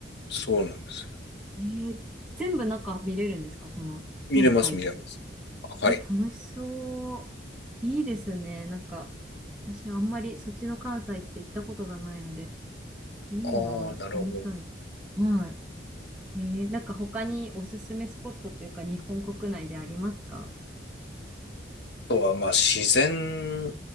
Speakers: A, on the left (about 65°); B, in the centre.
A: そうなんですよ。
B: えー、全部中見れるんですかその全回数。
A: 見れます、見れます。はい。
B: え、楽しそう。いいですね。なんか、私あんまりそっちの関西って行ったことがないので、いいな、
A: ああ、
B: 行ってみたいです。
A: なるほど。
B: はい。えー、なんか他におすすめスポットっていうか日本国内でありますか
A: とは、まあ、自然